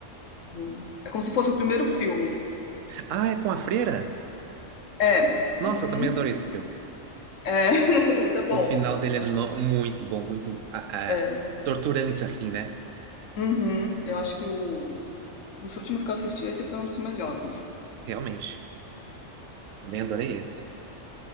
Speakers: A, on the left (about 80°); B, on the right (about 85°).
A: Uhum. É como se fosse o primeiro filme.
B: Ah, é com a freira?
A: É,
B: Nossa,
A: uhum,
B: eu também adorei esse filme.
A: é, <laughs> esse é bom.
B: O final dele é
A: Acho
B: no-
A: que
B: muito bom, muito ah,
A: é.
B: ah, torturante, assim, né?
A: Uhum. Eu acho que o dos últimos que eu assisti, esse foi um dos melhores.
B: Realmente. Também adorei esse.